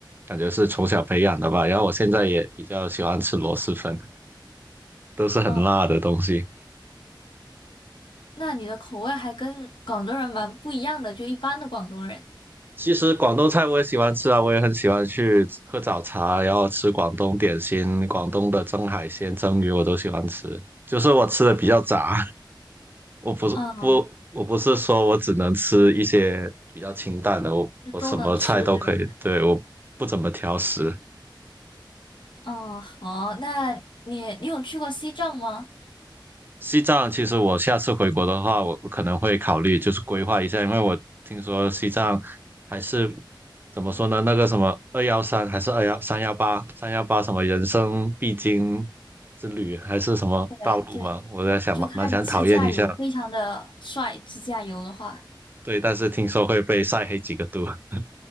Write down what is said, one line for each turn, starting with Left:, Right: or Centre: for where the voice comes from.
Right: 感觉是从小培养的吧。然后我现在也比较喜欢吃螺蛳粉，都是很辣的东西。
Left: 嗯，那你的口味还跟广东人蛮不一样的，就一般的广东人。
Right: 其实广东菜我也喜欢吃啊，我也很喜欢去喝早茶，然后吃广东点心，广东的蒸海鲜、蒸鱼我都喜欢吃。就是我吃的比较杂，<laughs> 我不是不我不是说我只能吃一些比较清淡的，
Left: 嗯，
Right: 我我什么菜都可以，
Left: 就都能吃，对吧？
Right: 对，我不怎么挑食。
Left: 嗯，好，那你你有去过西藏吗？
Right: 西藏其实我下次回国的话，我我可能会考虑就是规划一下，因为我听说西藏还是怎么说呢？那个什么二幺三还是二幺三幺八三幺八什么人生必经之旅还是什么道路嘛？
Left: 对对，
Right: 我在想蛮蛮想讨厌一下，
Left: 就看自驾游，非常的帅。自驾游的话，
Right: 对，但是听说会被晒黑几个度。<laughs>